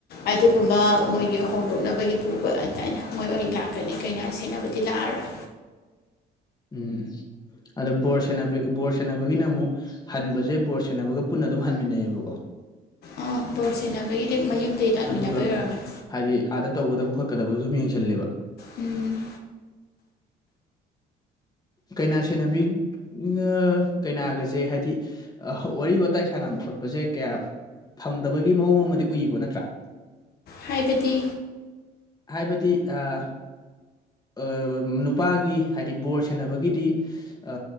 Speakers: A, on the left; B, on the left.
A: ꯑꯗꯨꯒꯨꯝꯕ ꯃꯣꯏꯒꯤ ꯍꯣꯡꯗꯣꯛꯅꯕꯒꯤ ꯄꯨꯕ ꯑꯗꯥꯏꯅ ꯃꯣꯏ ꯑꯣꯏꯅ ꯂꯥꯛꯀꯅꯤ ꯀꯩꯅ ꯁꯦꯟꯅꯕꯗꯤ ꯂꯥꯛꯑꯔꯣꯏ
B: ꯎꯝ ꯑꯗꯣ ꯕꯣꯔ ꯁꯦꯟꯅꯕ ꯕꯣꯔ ꯁꯦꯟꯅꯕꯒꯤꯅ ꯑꯃꯨꯛ ꯍꯟꯕꯖꯦ ꯕꯣꯔ ꯁꯦꯟꯅꯕꯒ ꯄꯨꯟꯅ ꯑꯗꯨꯝ ꯍꯟꯃꯤꯟꯅꯩꯌꯦꯕꯀꯣ
A: ꯑ ꯕꯣꯔ ꯁꯦꯟꯅꯕꯒꯤꯗꯤ ꯃꯌꯨꯝꯗꯩ ꯂꯥꯛꯃꯤꯟꯅꯕꯩ
B: ꯑꯗꯨꯒ
A: ꯑꯣꯏꯒꯅꯤ
B: ꯍꯥꯏꯗꯤ ꯑꯥꯗ ꯇꯧꯒꯗꯕ ꯈꯣꯠꯀꯗꯕ ꯁꯨꯝ ꯌꯦꯡꯁꯜꯂꯦꯕ
A: ꯎꯝ
B: ꯀꯩꯅꯥ ꯁꯦꯟꯅꯕꯤ ꯉꯥ ꯀꯩꯅꯥꯒꯁꯦ ꯍꯥꯏꯗꯤ ꯋꯥꯔꯤ ꯋꯥꯇꯥꯏ ꯁꯥꯟꯅꯕ ꯈꯣꯠꯄꯖꯦ ꯀꯌꯥ ꯐꯪꯗꯕꯒꯤ ꯃꯑꯣꯡ ꯑꯃꯗꯤ ꯎꯏꯀꯣ ꯅꯠꯇ꯭ꯔꯥ
A: ꯍꯥꯏꯕꯗꯤ
B: ꯍꯥꯏꯕꯗꯤ ꯑꯥ ꯑ ꯅꯨꯄꯥꯒꯤ ꯍꯥꯏꯗꯤ ꯕꯣꯔ ꯁꯦꯟꯅꯕꯒꯤꯗꯤ ꯑ